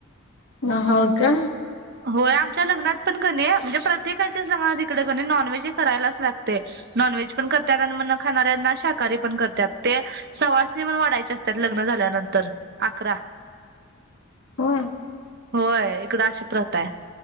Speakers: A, on the left; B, on the right.
A: ह हो का
B: होय आमच्या लग्नात पण कनी म्हणजे प्रत्येकाच्याच लग्नात इकडे कनी नॉनव्हेज है करायलाच लागते. नॉन व्हेज पण करतात आणि मग न खाणाऱ्यांना शाकाहारी पण करतात ते सवासनी म्हणून वाढायचे असतात लग्न झाल्यानंतर अकरा
A: हो
B: होय इकड अशी प्रथा आहे